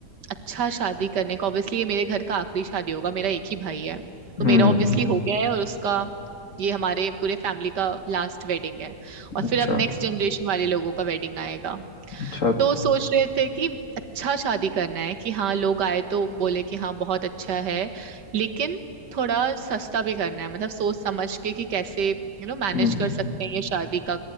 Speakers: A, on the right; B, on the left.
A: अच्छा शादी करने का ऑब्वियसली ये मेरे घर का आखिरी शादी होगा मेरा एक ही भाई है तो
B: हम्म,
A: मेरा ऑब्वियसली हो गया है और उसका ये हमारे पूरे फैमिली का लास्ट वेडिंग है और फिर
B: अच्छा
A: अब नेक्स्ट जनरेशन वाले लोगों का वेडिंग आएगा
B: अच्छा
A: तो सोच रहे थे कि अच्छा शादी करना है कि हाँ लोग आए तो बोले कि हाँ बहुत अच्छा है लेकिन थोड़ा सस्ता भी करना है मतलब सोच समझ के कि कैसे यू नो मैनेज
B: हम्म
A: कर सकते हैं ये शादी का